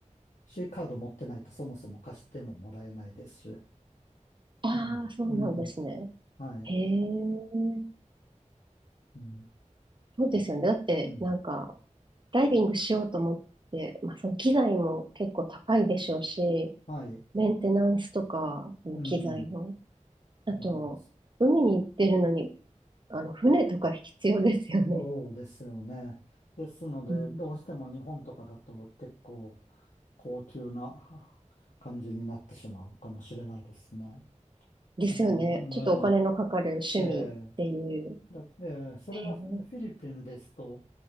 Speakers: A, on the left; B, on the right.
A: C カード持ってないとそもそも貸してももらえないですし。
B: ああ、
A: うん、
B: そうなんですね。
A: うん、はい、
B: へえ、
A: うん、
B: そうですよね。だって、
A: うん、
B: なんか、ダイビングしようと思って、まあ、その機材も結構高いでしょうし、
A: はい、
B: メンテナンスとか、その機材の。
A: うん、
B: あと、
A: まあ、
B: 海に出るのに、あの、船とか必要ですよね。
A: そうですよね。ですので、
B: うん。
A: どうしても日本とかだと結構高級な感じになってしまうかもしれないですね。
B: ですよね。
A: えーね
B: ちょっとお金のかかる趣味っていう。
A: え、えーだ、ええそれがフィリピンですと、
B: へえ、